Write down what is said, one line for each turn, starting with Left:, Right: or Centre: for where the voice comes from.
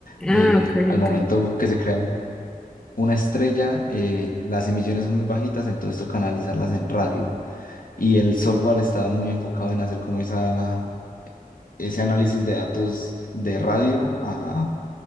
Left: Eh,
Centre: Ah, ok,
Left: al
Centre: ok.
Left: momento que se crea una estrella, eh, las emisiones son muy bajitas, entonces toca analizarlas en radio. Y el software está muy enfocado en hacer como esa, ese análisis de datos de radio a,